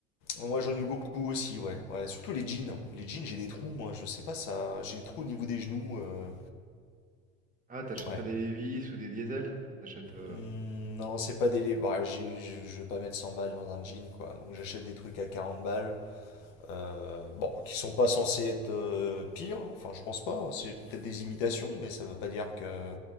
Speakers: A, on the left; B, on the right.
A: Moi, j'en ai eu beaucoup aussi, ouais. Ouais, surtout les jeans. Les jeans, j'ai des trous, moi, je sais pas, ça. J'ai des trous au niveau des genoux. euh,
B: Ah, t'achètes
A: ouais,
B: pas des Levi's ou des Diesel? Enfin, t'achètes. euh,
A: Hmm, Non, c'est pas des. Bah, j'ai- je je vais pas mettre 100 balles dans un jean, quoi. Donc j'achète des trucs à 40 balles. euh, bon, qui sont pas censés être euh, pires. hein. Enfin, je pense pas. hein. C'est peut-être des imitations, mais ça veut pas dire que.